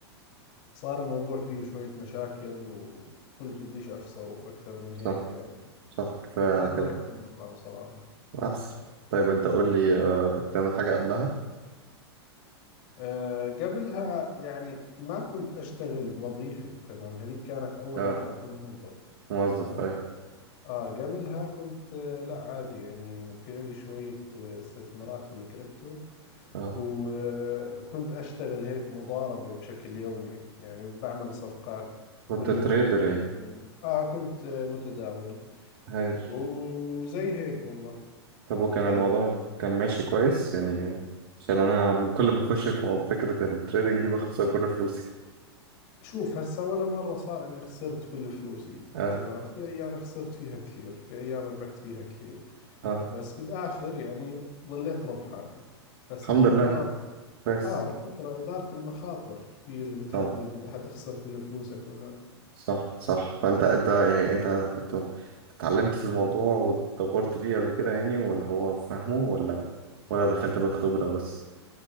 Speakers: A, on the left; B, on the right.
A: فصار الموضوع فيه شوية مشاكل وقلت بديش أخسره أكثر من
B: صح
A: هيك يعني
B: صح كفاية على
A: فتركت
B: كده
A: المطعم صراحة
B: أحسن طيب أنت قول لي آه كنت تعمل حاجة قبلها؟
A: آه، قبلها يعني ما كنت أشتغل وظيفة تمام هذيك كانت أول
B: أه
A: مرة أكون موظف
B: موظف
A: تمام
B: أي
A: آه قبلها كنت آه، لا عادي يعني في عندي شوية آه، استثمارات في الكريبتو
B: أه
A: وكنت أشتغل هيك مضاربة بشكل يومي يعني بعمل صفقات
B: كنت
A: كل
B: تريدر
A: يوم كل
B: يعني
A: يومين آه كنت آه، متداول
B: هايل
A: وزي هيك والله
B: طب وكان
A: آه،
B: الموضوع كان ماشي كويس يعني عشان أنا كل ما أخش في موضوع فكرة التريدنج دي بخسر كل فلوسي
A: شوف هسا ولا مرة صار اني خسرت كل فلوسي
B: أه
A: تمام في ايام خسرت فيها كثير في ايام ربحت فيها كثير
B: أه
A: بس بالاخر يعني ضليت ربحان بس
B: الحمد
A: الفكرة
B: لله كويس
A: اه الفكرة ادارة المخاطر هي اللي بتحدد
B: طبعا
A: اذا حتخسر كل فلوسك ولا
B: صح صح فأنت أنت يعني أنت كنت اتعلمت في الموضوع واتطورت فيه قبل كده يعني ولا هو فاهمه ولا ولا دخلت بالخبرة بس